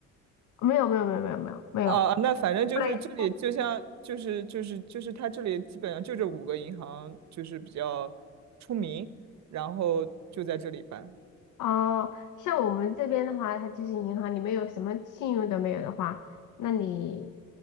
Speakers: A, on the left; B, on the right.
A: 没有，没有，没有，没有，没有，没有。
B: 啊，那反正就是这里，
A: 后来
B: 就像就是就是就是它这里基本上就这五个银行就是比较出名，然后就在这里办
A: 哦，像我们这边的话，它就是银行，你没有什么信用都没有的话，那你